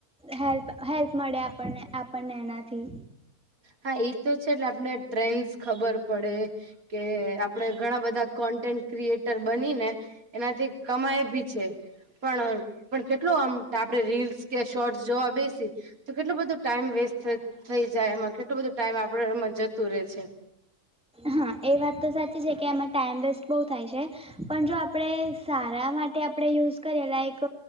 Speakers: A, in the centre; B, on the right.
A: હેલ્પ હેલ્પ મળે આપણને આપણને એનાથી.
B: હા એ તો છે એટલે આપને ટ્રેન્ડસ ખબર પડે. કે આપડે ઘણા બધા કોન્ટેન્ટ ક્રિએટર બની ને એનાથી કમાય ભી છે પણ પણ કેટલું આમ આપડે રીલ્સ કે શોર્ટસ જોવા બેસી તો કેટલો બધો ટાઈમ વેસ્ટ થઈ જાય એમાં કેટલોું બધું ટાઈમ આપડ એમાં જતું રહે છે.
A: હા એ વાત તો સાચી છે કે એમાં ટાઈમ વેસ્ટ બહુ થાય છે પણ જો આપણે સારા માટે આપણે યુઝ કરીએ લાઈક